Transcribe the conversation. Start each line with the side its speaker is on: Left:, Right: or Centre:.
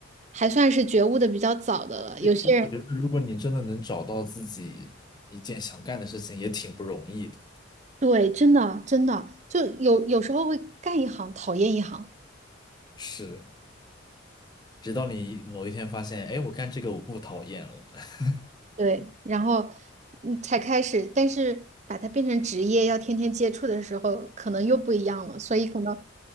Right: 还算是觉悟的比较早的了。
Left: 对，
Right: 有些人。
Left: 其实我觉得，如果你真的能找到自己一件想干的事情，也挺不容易的。
Right: 对，真的真的，就有有时候会干一行讨厌一行，
Left: 是，直到你某一天发现，哎，我干这个我不讨厌了。<laughs>
Right: 对，然后嗯才开始，但是把它变成职业，要天天接触的时候，可能又不一样了，所以可能